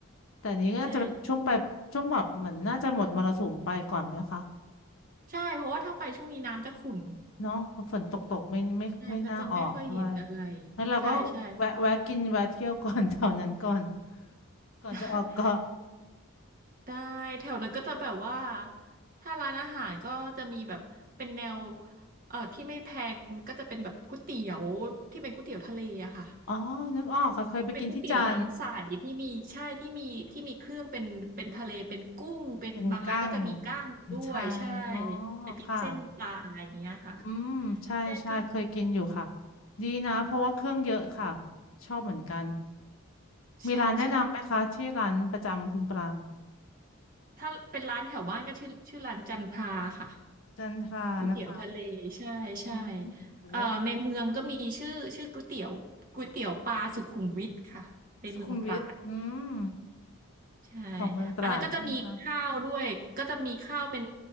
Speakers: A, on the left; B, on the right.
A: แต่อันนี้ก็จะเป็นช่วงไปช่วงแบบเหมือนน่าจะหมดมรสุมไปก่อนไหมคะ
B: ใช่ใช่ใช่เพราะว่าถ้าไปช่วงนี้น้ำจะขุ่น
A: เนาะพอฝนตกตกไม่ไม่ไม่น่าออกด้วย
B: ใช่ก็จะไม่ค่อยเห็นอะไร
A: แล้วเราก็แวะแวะกินแวะเที่ยวก่อน
B: ใช่ใช่
A: <laughs> แถวนั้นก่อนก่อนจะออกเกาะ
B: <laughs> ได้ได้แถวนั้นก็จะแบบว่าถ้าร้านอาหารก็จะมีแบบเป็นแนวเอ่อที่ไม่แพงก็จะเป็นแบบก๋วยเตี๋ยวที่เป็นก๋วยเตี๋ยวทะเลอะค่ะ
A: อ๋อนึกออกค่ะเคยไปกินที่จันทร์
B: เป็นก๋วยเตี๋ยวน้ำใสที่มีใช่ที่มีที่มีเครื่องเป็นเป็นทะเลเป็นกุ้งเป็นบางร้านก็จะมีก้างด้วยใช่
A: เป็นกั้งใช่อ๋อ
B: เป็นพริกเส้นปลาอย่างเงี้ยค่ะ
A: ค่ะอืมใช่ใช่เคยกินอยู่ค่ะ
B: ใช่ก็
A: ดีนะเพราะว่าเครื่องเยอะค่ะชอบเหมือนกันมีร้านแนะนำไหมคะที่ร้านประจำคุณปราง
B: ใช่ใช่ค่ะถ้าเป็นร้านแถวบ้านก็ชื่อชื่อร้านจันทราค่ะ
A: จันทรานะคะ
B: ก๋วยเตี๋ยวทะเลใช่ใช่
A: อืมเดี๋ยวจะ
B: เอ่อในเมืองก็มีชื่อชื่อก๋วยเตี๋ยวก๋วยเตี๋ยวปลาสุขุมวิทค่ะในเมืองตราด
A: สุขุมวิทอืม
B: ใช่
A: ของเมืองตราดใช่ไหมคะ
B: อันนั้นก็จะมีข้าวด้วยก็จะมีข้าวเป็น